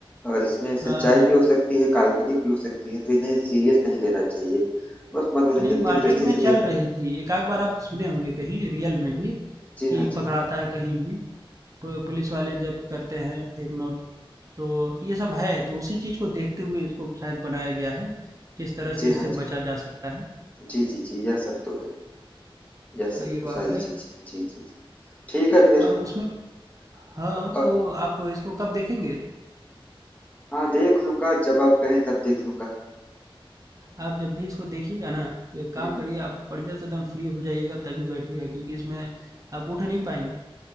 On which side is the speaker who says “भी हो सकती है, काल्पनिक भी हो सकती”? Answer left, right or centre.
Left